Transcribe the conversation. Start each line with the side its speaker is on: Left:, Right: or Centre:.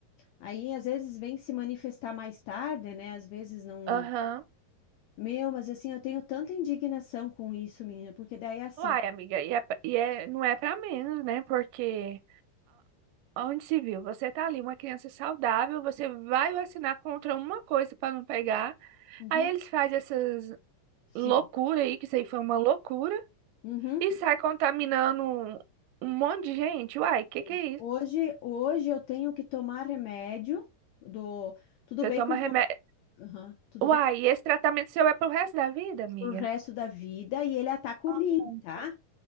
Left: Aí às vezes vem se manifestar mais tarde, né? Às vezes não.
Right: Aham.
Left: Meu, mas assim, eu tenho tanta indignação com isso, menina, porque daí é assim.
Right: Uai, amiga, e, é, pra- e é, não é pra menos, né? Porque Onde se viu? Você tá ali, uma criança saudável, você vai vacinar contra uma coisa para não pegar.
Left: Uhum.
Right: Aí eles fazem essas
Left: Sim.
Right: loucuras aí, que isso aí foi uma loucura,
Left: Uhum.
Right: e sai contaminando um um monte de gente. Uai, que
Left: Sim.
Right: que é
Left: Hoje,
Right: isso?
Left: hoje eu tenho que tomar remédio do. Tudo
Right: Você
Left: bem
Right: toma
Left: que eu vou.
Right: remédio.
Left: Aham. Tudo
Right: Uai,
Left: bem
Right: e esse tratamento seu é pro resto da vida, amiga?
Left: pro resto da vida e ele ataca
Right: Nossa.
Left: o rim, tá?